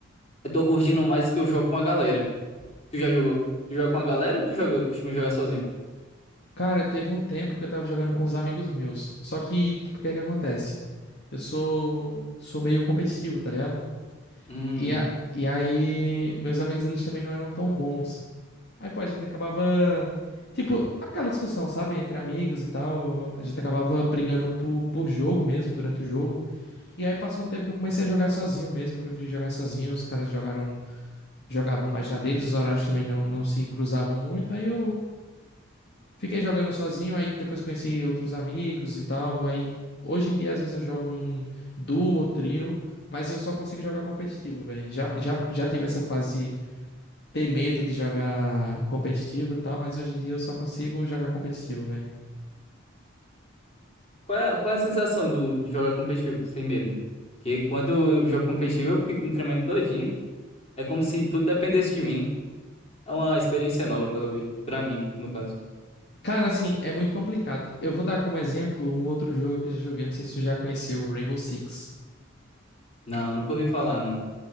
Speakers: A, on the left (about 35°); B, on the left (about 55°).
A: eu tô curtindo mais que eu jogo com a galera. Tu já jogou? Tu joga com a galera ou tu joga, costuma jogar sozinho?
B: Cara, teve um tempo que eu tava jogando com uns amigos meus. Só que, tipo, o que que acontece? Eu sou. Sou meio competitivo, tá ligado?
A: Hum.
B: E, a, e aí, meus amigos, eles também não eram tão bons. Aí, pô, a gente acabava. Tipo, aquela discussão, sabe? Entre amigos e tal. A gente acabava brigando por, por jogo mesmo, durante o jogo. E aí passou um tempo que eu comecei a jogar sozinho mesmo. Eu preferi jogar sozinho. Os caras jogaram, jogavam mais na deles. Os horários também não, não se cruzavam muito. Aí eu fiquei jogando sozinho. Aí depois conheci outros amigos e tal. Aí hoje em dia, às vezes, eu jogo em duo ou trio. Mas eu só consigo jogar competitivo, velho. Já, já, já tive essa fase ter medo de jogar competitivo e tal, mas hoje em dia eu só consigo jogar competitivo, velho.
A: Qual é, qual é a sensação do, de jogar competitivo, sem medo? Porque quando eu jogo competitivo, eu fico me tremendo todinho. É como se tudo dependesse de mim. É uma experiência nova, pelo visto. Pra mim, no caso.
B: Cara, assim, é muito complicado. Eu vou dar como exemplo um outro jogo que eu já joguei, não sei se tu já conheceu, o Rainbow Six.
A: Não, nunca ouvi falar, não.